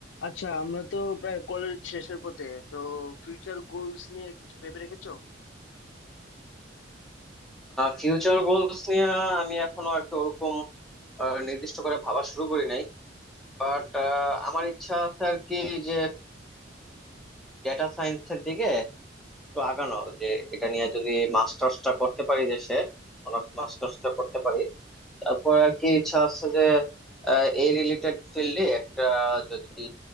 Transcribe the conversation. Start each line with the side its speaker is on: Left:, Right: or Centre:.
Left: আচ্ছা আমরা তো প্রায় কলেজ শেষের পথে তো ফিউচার গোলস নিয়ে কিছু ভেবে রেখেছো
Centre: Future goals নিয়ে আমি এখনো আর কি ওরকম আহ, নির্দিষ্ট করে ভাবা শুরু করি নাই বাট আমার ইচ্ছা আছে আর কি যে ডেটা সায়েন্সের দিকে একটু আগানো যে এটা নিয়ে যদি মাস্টার্সটা করতে পারি দেশে অনার্স মাস্টার্সটা করতে পারি তারপর আর কি ইচ্ছা আছে যে আহ, এই রিলেটেড ফিল্ডে একটা যদি